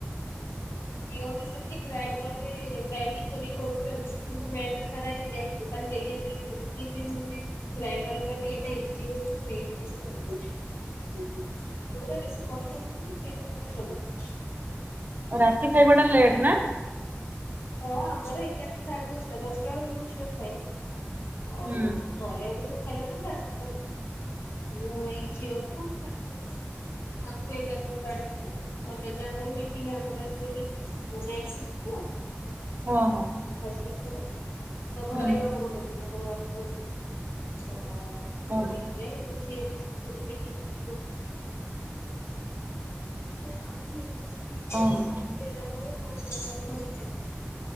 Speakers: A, on the right (about 45°); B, on the left (about 75°).
A: <inaudible>
B: ମୁଁ ବି ସେମିତି ଗ୍ରାଇଣ୍ଡର ରେ ଗ୍ରାଇଡିଙ୍ଗ କରି କରୁଛନ୍ତି କିନ୍ତୁ ଗ୍ରାଇଣ୍ଡର ସାରା ହେଇଯାଏ। ଏ ଖାଲି ତେଲିଆ ତେଲିଆ ଲାଗୁ ମୁଁ ବି ଗ୍ରାଇଣ୍ଡର କରି ଏଇଟା ଇଜି ବୋଲି ମୁଁ <unintelligible> ଯୋଉଟା ବେଶୀ କଷ୍ଟ <unintelligible> ସେଇଟା କଲେ <unintelligible>
A: ରାତି ଖାଇବା ଟା ଲେଟ୍ ନା?
B: ହଁ ଆମର ଏଗାର ଟା ସାଢେ ଦଶଟା, ଦଶଟା ବେଳକୁ ମୋ ଝିଅ ଖାଏ। ଆଉ
A: ହୁଁ
B: ଘରେ ଆମେ ସବୁ ଖାଇଲା ବେଳକୁ ସାଢେ ଦଶ ଟା ହେଇଯାଏ। ମୁଁ ଏଇ ଝିଅକୁ ମୋ ଶାଶୁଙ୍କୁ ଆକୁ ଏକାଥରେ କାଢି ଦିଏ। <unintelligible> ମିଟିଙ୍ଗ୍ ୟାଙ୍କର ଆକଚୁଆଲି ନାଇଟ୍ ସିଟ୍ ତ।
A: ହଁ ହଁ।
B: ମୋ ହଜବେଣ୍ଡ ଙ୍କର ତ ଘରେ
A: ହୁଁ
B: କାମ କରୁଛନ୍ତି। ତାଙ୍କର ୱାର୍କ ଫ୍ରମ୍ ହୋମ୍। ସେଇଥିପାଇଁ
A: ଓହୋ
B: ସେ <unintelligible> ମିଟିଂ ଫିଟିଂ। <unintelligible> <unintelligible>
A: ଅ ହଁ।
B: ତାଙ୍କୁ ଦେଲା ପରେ ମୋ ଝିଅ ତ ଅଧଘଣ୍ଟେ ଖାଇବ।